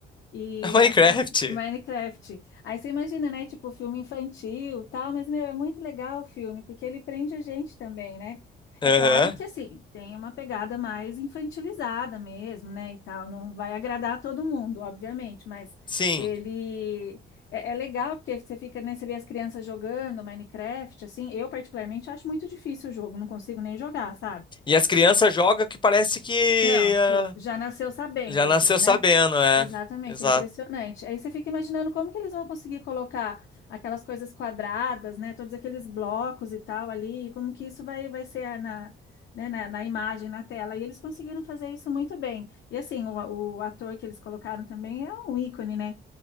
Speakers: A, on the left (about 65°); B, on the left (about 25°).
A: E
B: <laughs> Minecraft.
A: assim, <laughs> Minecraft. Aí você imagina, né? Tipo, filme infantil, tal, mas meu, é muito legal o filme, porque ele prende a gente também, né? É
B: Aham.
A: claro que assim, tem uma pegada mais infantilizada mesmo, né? E tal, não vai agradar a todo mundo, obviamente, mas
B: Sim.
A: ele é, é legal porque você fica, né? Você vê as crianças jogando Minecraft, assim. Eu, particularmente, acho muito difícil o jogo, não consigo nem jogar, sabe?
B: E as crianças jogam que parece que
A: Não,
B: ah,
A: que já nasceu sabendo,
B: já
A: assim,
B: nasceu
A: né?
B: sabendo, é.
A: Exatamente,
B: Exato.
A: é impressionante. Aí você fica imaginando como que eles vão conseguir colocar aquelas coisas quadradas, né? Todos aqueles blocos e tal ali, e como que isso vai, vai ser na, né, na, na imagem, na tela. E eles conseguiram fazer isso muito bem. E assim, o, o ator que eles colocaram também é um ícone, né?